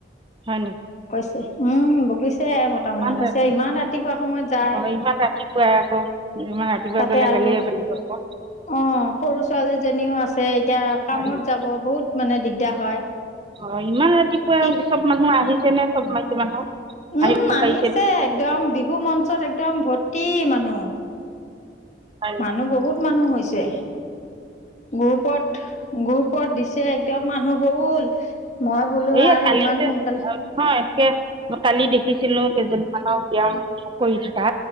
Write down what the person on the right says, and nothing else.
অঁ।
ইমান
ৰাতি
অ ইমান ৰাতিপুৱাই আকৌ ইমান ৰাতিপুৱা
গ'লে
গালিয়ে পাৰিব আকৌ
হয় নেকি
অ ইমান ৰাতিপুৱা
চব মানুহ আহিছে নে চব মাইকি মানুহ
আহিব
পাৰিছে নে?
হয় নি
এই
কালি
যে
অ এনেকে মই কালি দেখিছিলো কেইজনমানক ব্যায়াম কৰি থকা